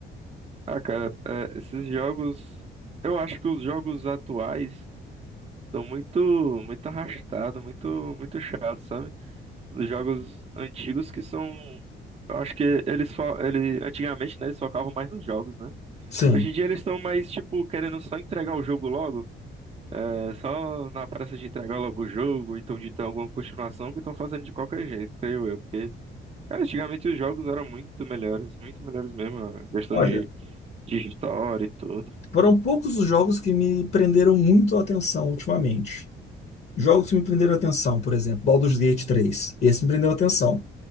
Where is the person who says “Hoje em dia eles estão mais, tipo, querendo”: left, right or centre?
Right